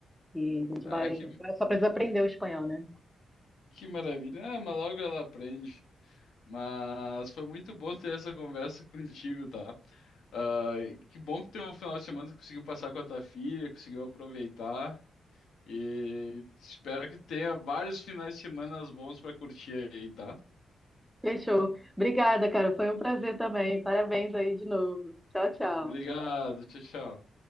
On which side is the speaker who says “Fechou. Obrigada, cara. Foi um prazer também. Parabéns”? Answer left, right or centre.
Centre